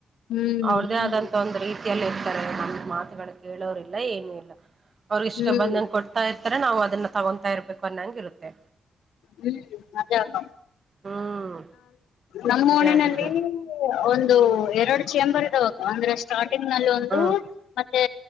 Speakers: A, on the left; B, on the right.
A: ಹ್ಮ್
B: ಅವ್ರ್ದೇ
A: ಹ್ಮ್
B: ಆದಂತ ಒಂದ್ ರೀತಿಯಲ್ಲಿ ಇರ್ತಾರೆ ನಮಗ್ ಮಾತುಗಳು ಕೇಳೋರ್ಲ್ಲ ಏನು ಇಲ್ಲ ಅವ್ರಗ ಇಷ್ಟ
A: ಹ್ಮ್
B: ಬಂದಂಗೆ ಕೊಡ್ತಾ ಇರ್ತಾರೆ ನಾವು ಅದನ್ನ ತಗೊತಾ ಇರ್ಬೇಕು ಅನ್ನಂಗ ಇರುತ್ತೆ
A: ಹ್ಮ್ ನಿಜಾ ಅಕ್ಕ
B: ಹ್ಮ್
A: ನಮ್ಮ
B: ಇದೇ
A: ಇನ್ನಿನಲ್ಲಿ
B: ಆಗಿದೆ
A: <unintelligible> ಒಂದು ಎರಡು ಚೇಂಬರ್ ಇದಾವಾಗ ಅಂದ್ರೆ ಸ್ಟಾರ್ಟಿಂಗ್ ನಲ್ಲಿ ಒಂದು
B: ಹ್ಮ್
A: ಮತ್ತೆ